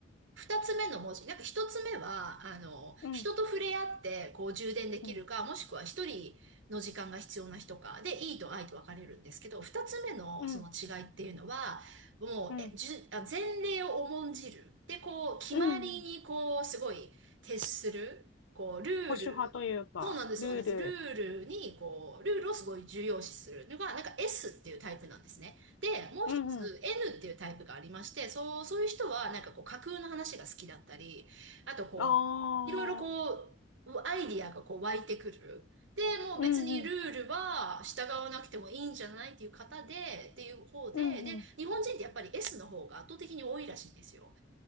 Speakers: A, on the right; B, on the left.
A: 二つ目の文字。なんか一つ目は、あの、
B: うん。
A: 人と触れ合って、こう充電できるか、
B: うん。
A: もしくは一人の時間が必要な人か、で、いいと愛と分かれるんですけど、二つ目のその違いっていうのは、
B: うん。
A: もう、
B: うん。
A: え、じゅ、あ、前例を重んじる。で、こう、決まりに、
B: うん。
A: こう、すごい、徹する。こう、ルール。
B: 保守派というか、
A: そうなんです、
B: ルール。
A: そうなんです。ルールに、こう、ルールをすごい重要視するのが、なんか S っていうタイプなんですね。で、もう一つ
B: うんうん。
A: N っていうタイプがありまして、そう、そういう人はなんかこう架空の話が好きだったり、あとこう、
B: ああ、
A: いろいろこう、アイディアがこう湧いてくる。で、もう別にルールは従わなくてもいいんじゃないっていう方で、
B: うんうん。
A: っていう方で、
B: うんうん。
A: で、日本人ってやっぱり S の方が圧倒的に多いらしいんですよ。